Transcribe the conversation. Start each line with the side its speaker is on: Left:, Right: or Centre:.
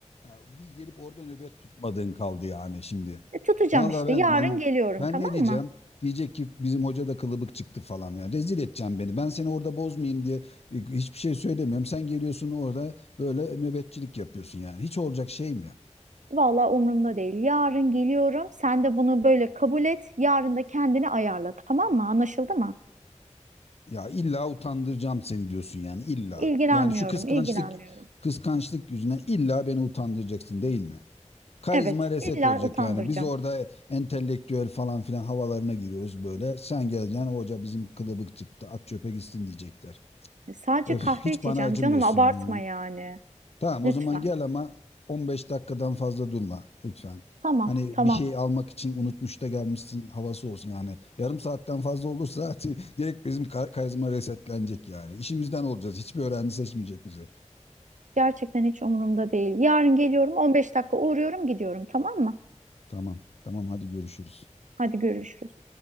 Left: ya bir gelip orada nöbet tutmadığın kaldı yani şimdi.
Right: E, tutacağım
Left: Vallahi
Right: işte. Yarın
Left: ben benim
Right: geliyorum,
Left: ben
Right: tamam
Left: ne diyeceğim?
Right: mı?
Left: Diyecek ki bizim hoca da kılıbık çıktı falan ya. Rezil edeceğim beni. Ben seni orada bozmayayım diye e, hiçbir şey söylemiyorum. Sen geliyorsun orada böyle nöbetçilik yapıyorsun yani. Hiç olacak şey mi?
Right: Vallahi umurumda değil. Yarın geliyorum. Sen de bunu böyle kabul et. Yarın da kendini ayarla. Tamam mı? Anlaşıldı mı?
Left: Ya illa utandıracağım seni diyorsun yani illa.
Right: İlgilenmiyorum,
Left: Yani şu kıskançlık
Right: ilgilenmiyorum.
Left: kıskançlık yüzüne illa beni utandıracaksın değil mi? Karizma
Right: Evet,
Left: reset
Right: illa
Left: olacak
Right: utandıracağım.
Left: yani. Biz orada entelektüel falan filan havalarına giriyoruz böyle. Sen geleceksin hoca bizim kılıbık çıktı at çöpe gitsin diyecekler.
Right: E, Sadece
Left: Öf
Right: kahve
Left: hiç
Right: içeceğim
Left: bana acımıyorsun
Right: canım. Abartma
Left: ya.
Right: yani.
Left: Tamam
Right: Lütfen.
Left: o zaman gel ama 15 dakikadan fazla durma lütfen.
Right: Tamam,
Left: Hani
Right: tamam.
Left: bir şey almak için unutmuş da gelmişsin havası olsun yani. Yarım saatten fazla olursa <laughs> direkt bizim kar- karizma resetlenecek yani. İşimizden olacağız. Hiçbir öğrenci seçmeyecek bizi.
Right: Gerçekten hiç umurumda değil. Yarın geliyorum. 15 dakika uğruyorum, gidiyorum. Tamam mı?
Left: Tamam. Tamam hadi görüşürüz.
Right: Hadi görüşürüz.